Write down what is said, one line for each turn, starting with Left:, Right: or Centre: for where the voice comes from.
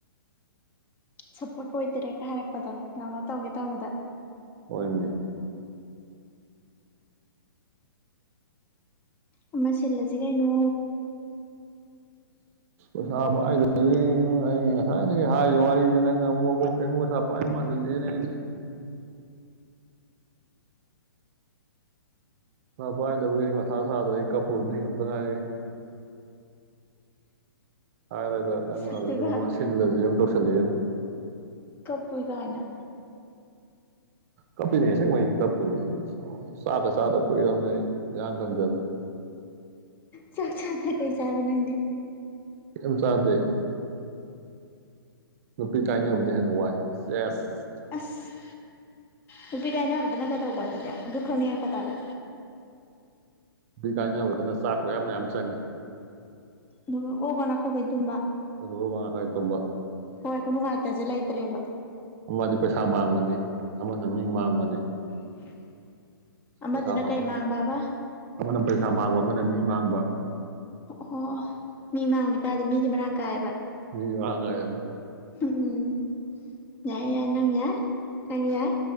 Left: ꯁꯞꯄꯣꯔꯠ ꯑꯣꯏꯗꯔꯦꯒ ꯍꯥꯏꯔꯛꯄꯗꯣ ꯗꯥꯎꯂꯣꯠ ꯇꯧꯒꯦ ꯇꯧꯕꯗ
Right: ꯍ‌ꯣꯏꯅꯦ
Left: ꯑꯃ ꯁꯤꯜꯂꯁꯤ ꯀꯩꯅꯣ
Right: ꯑꯁ ꯄꯩꯁꯥ ꯄꯥꯏꯗꯕꯩꯅꯦ ꯑꯩ ꯉꯁꯥꯏꯗꯒꯤ ꯍꯥꯏꯔꯤꯕ ꯋꯥꯔꯤꯁꯦ ꯅꯪꯅ ꯑꯃꯨꯛ ꯃꯀꯣꯛꯇꯩ ꯑꯃꯨꯛ ꯄꯩꯁꯥ ꯄꯥꯏꯕ ꯃꯥꯟꯍꯟꯂꯦꯅꯦ ꯑꯩꯁꯦ ꯄꯩꯁꯥ ꯄꯥꯏꯗꯕꯒꯤ ꯑꯩ ꯃꯊꯥ ꯁꯥꯗꯅ ꯑꯩ ꯀꯄꯨꯔꯃꯤ ꯍꯦꯟꯕꯇ ꯉꯥꯏꯔꯤ ꯍꯥꯏꯔꯒ ꯅꯪꯅ
Left: ꯁꯛꯇꯨꯒ
Right: ꯑꯗꯩꯗ ꯑꯃꯨꯛ ꯁꯤꯜꯂꯖꯦꯅ ꯗꯣꯁꯜꯂꯦꯅꯦ
Left: ꯀꯞꯄꯨꯏ ꯗꯥꯏꯅꯦ
Right: ꯀꯞꯄꯤꯅꯦ ꯑꯁꯦꯡꯕꯩ ꯀꯞꯄꯤꯅꯦ ꯑꯩ ꯆꯥꯛꯀ ꯆꯥꯗ ꯀꯨꯏꯔꯕꯅꯦ ꯑꯩ ꯏꯌꯥꯡ ꯀꯪꯖꯤꯜꯂꯦ
Left: ꯆꯥꯛ ꯆꯥꯗꯅ ꯀꯩ ꯆꯥꯕ ꯅꯪꯗꯤ
Right: ꯀꯩꯏꯝ ꯆꯥꯗꯦ ꯅꯨꯄꯤ ꯀꯥꯏꯅꯕꯗꯩ ꯍꯦꯟꯅ ꯋꯥꯏ ꯑꯦꯁ
Left: ꯑꯁ ꯅꯨꯄꯤ ꯀꯥꯏꯅꯕꯗꯅ ꯀꯩꯗꯧꯕ ꯑꯗꯨꯗꯤ ꯑꯗꯨ ꯈꯪꯅꯤꯡꯉꯛꯄ ꯇꯥꯔꯦ
Right: ꯅꯨꯄꯤ ꯀꯥꯏꯅꯕꯗꯅ ꯆꯥꯛ ꯃꯌꯥꯝ ꯃꯌꯥꯝ ꯆꯪꯉꯦ
Left: ꯑꯗꯨꯒ ꯒꯣ ꯒꯣ ꯅꯥꯈꯣꯛꯈꯩ ꯇꯨꯝꯕ
Right: ꯑꯗꯨꯗꯨꯒ ꯉꯁꯥꯏ ꯇꯨꯝꯕ
Left: ꯊꯋꯥꯏ ꯈꯨꯅꯨꯡꯉꯥꯏꯇꯁꯦ ꯂꯩꯇ꯭ꯔꯦꯕ
Right: ꯑꯃꯗꯤ ꯄꯩꯁꯥ ꯃꯥꯡꯒꯅꯤ ꯑꯃꯅ ꯃꯤ ꯃꯥꯡꯕꯅꯤ
Left: <unintelligible>
Right: ꯄꯩꯁꯥ ꯃꯥꯡꯕ
Left: ꯀꯩ ꯃꯥꯡꯕꯕ
Right: ꯑꯃꯅ ꯄꯩꯁꯥ ꯃꯥꯡꯕ ꯑꯃꯅ ꯃꯤ ꯃꯥꯡꯕ
Left: ꯑꯣ ꯃꯤ ꯃꯥꯡꯗꯤ ꯀꯥꯏꯗꯦ ꯃꯤꯗꯤ ꯃꯔꯥꯡ ꯀꯥꯏꯑꯕ
Right: ꯃꯤꯗꯤ ꯃꯥꯔꯥꯡ ꯀꯥꯏꯌꯦꯕ
Left: ꯎꯝꯝ ꯌꯥꯏ ꯌꯥꯏ ꯅꯪ ꯌꯥꯏ ꯅꯪ ꯌꯥꯏ